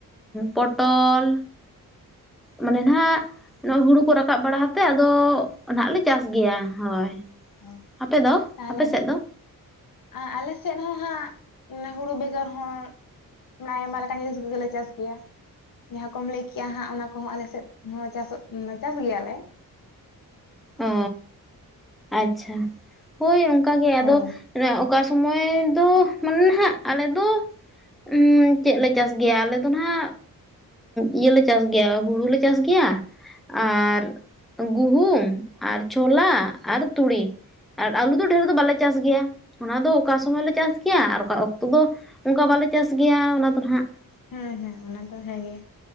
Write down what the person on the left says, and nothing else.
ᱚ
ᱛᱟᱦᱚᱞᱮ
ᱦᱟᱜ
ᱟᱨ ᱟᱞᱮ ᱥᱮᱫ ᱦᱚᱸ ᱦᱟᱸᱜ ᱢᱟᱱᱮ ᱦᱩᱲᱩ ᱵᱮᱜᱚᱨ ᱦᱚᱸ ᱚᱱᱮ ᱟᱭᱢᱟ ᱞᱮᱠᱟᱱ ᱡᱤᱱᱤᱥ ᱠᱚᱜᱮᱞᱮ ᱪᱟᱥ ᱜᱮᱭᱟ᱾ ᱡᱟᱦᱟᱸ ᱠᱚᱢ ᱞᱟᱹᱭ ᱠᱮᱜᱼᱟ ᱦᱟᱸᱜ ᱚᱱᱟ ᱠᱚᱦᱚᱸ ᱟᱞᱮ ᱥᱮᱫ ᱦᱚᱸ ᱪᱟᱥᱚᱜ ᱪᱟᱥ ᱜᱮᱭᱟᱞᱮ᱾
ᱦᱳᱭ
ᱦᱮᱸ ᱦᱮᱸ ᱚᱱᱟ ᱫᱚ ᱦᱮᱸᱜᱮ